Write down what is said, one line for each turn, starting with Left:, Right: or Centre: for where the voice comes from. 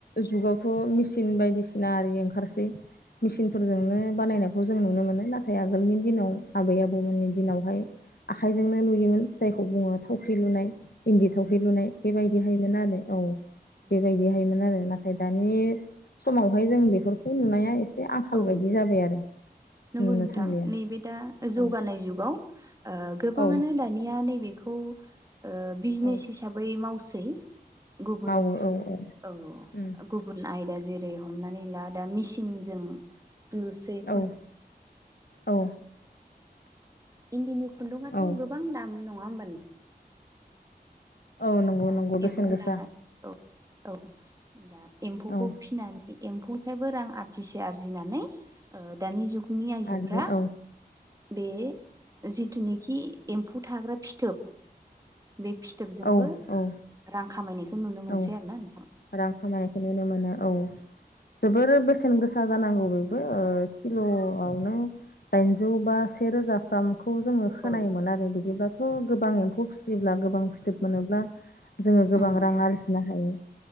Left: जुगावथ' मेचिन बायदिसिना आरि ओंखारसै मेसिनफोरजोंनो बानायनायखौ जों नुनो मोनो नाथाय आगोलनि दिनाव आबै आबौमोननि दिनावहाय आखाइजोंनो लुयोमोन जायखौ बुङो
Right: नंगौ
Left: थावख्रि
Right: नोंथां
Left: लुनाय इन्दि थावख्रि लुनाय बेबायदिहायोमोन आरो औ
Right: नंगौ
Left: बेबायदिहायमोन
Right: नोंथां
Left: आरो नाथाय दानि समावहाय जों बेफोरखौ नुनाया एसे आंखाल
Right: औ
Left: बायदि जाबाय आरो
Right: नंगौ
Left: नोंनो
Right: नोंथां
Left: थांलिया
Right: नैबे दा जौगानाय
Left: औ
Right: जुगाव ओ गोबाङानो
Left: औ
Right: दानिया नैबेखौ ओ बिजनेस
Left: औ
Right: हिसाबै मावसै गुबुन
Left: मावो औ
Right: औ
Left: उम
Right: गुबुन आयदा जे रै हमनानै ला दा मेसिनजों नुसै
Left: औ
Right: खुन्दुं
Left: औ
Right: इन्दिनि खुन्दुङाथ'
Left: औ
Right: गोबां दाम नङा होमबा नोंथां
Left: औ नंगौ
Right: दा
Left: नंगौ बेसेन
Right: एम्फौ
Left: गोसा
Right: लानानै औ औ दा एम्फौखौ
Left: औ
Right: फिसिनानै एम्फौनिफ्रायबो रां आरजिसे आरजिनानै दानि जुगनि आइजोफ्रा
Left: आरो औ
Right: बे जिथुनाखि एम्फौ थाग्रा फिथोब बे फिथोबजोंबो
Left: औ औ
Right: रां खामायनायखौ नुनो मोनसै
Left: औ
Right: आरोना नोंथां।
Left: रां खामायनायखौ नुनो मोनो औ जोबोर बेसेन गोसा गोसा जानांगौ बेबो किल'आवनो दाइनजौ बा से रोजाफ्राम खौ जोङो खोनायोमोन
Right: औ
Left: आरो बिदिब्लाथ' गोबां एम्फौ फिसियोब्ला गोबां फिथोब मोनोब्ला जोङो गोबां
Right: उम
Left: रां आरजिनो हायो